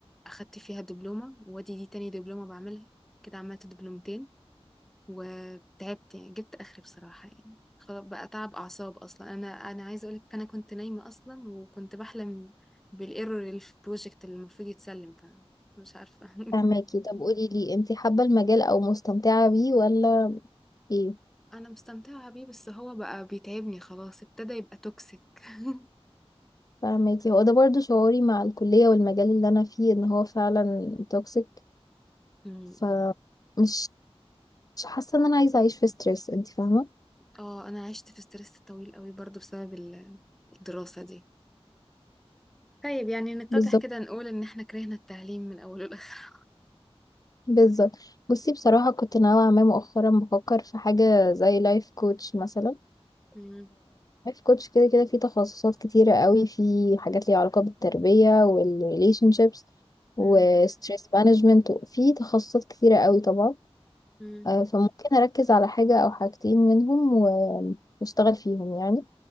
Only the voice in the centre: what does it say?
أخدت فيها دبلومة وادي دي تاني دبلومة بعملها كده عملت دبلومتين وتعبت يعني جبت اخري بصراحة يعني خلاص بقى تعب اعصاب اصلا انا انا عايزة اقولك انا كنت نايمة اصلا وكنت بحلم بالايرور اللي في البروجكت اللي المفروض يتسلم فمش عارفة <laughs>
انا مستمتعة بيه بس هو بقى بيتعبني خلاص ابتدى يبقى توكسيك <laughs>
مم.
اه انا عشت في ستريس طويل قوي برضو بسبب ال- الدراسة دي طيب يعني نتضح
كده نقول ان احنا كرهنا التعليم من اوله لاخره
مم،
مم،
مم،